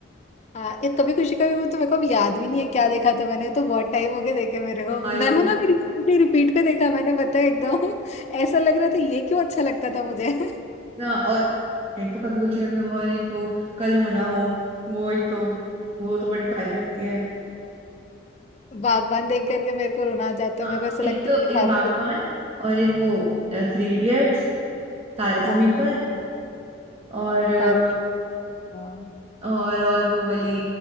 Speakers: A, on the left (about 35°); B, on the right (about 35°).
A: हाँ ये कभी खुशी कभी गम तो मेरे को अब याद भी नहीं है क्या देखा था मैंने ये तो बहुत टाइम हो गया देखे मेरे को
B: हाँ ये
A: मैं
B: तो
A: हूं
B: बहुत-
A: ना अभी रिसेंटली रिपीट पे देखा मैंने पता है एकदम <laughs> ऐसा लग रहा था ये क्यों अच्छा लगता था मुझे <laughs>
B: हाँ, और एक तो कभी कुछ कभी हम और एक वो कल होना हो वो एक तो वो तो
A: तो,
B: बड़ी प्यारी लगती है
A: बागबान देख करके मेरे को रोना आ जाता
B: हाँ
A: है मेरे को ऐसा
B: एक
A: लगता
B: तो
A: है कि
B: एक
A: तारे
B: बागबान और एक वो थ्री इडियट्स तारे
A: हाँ
B: जमी पर और अ,
A: तारे हाँ,
B: और और वो वाली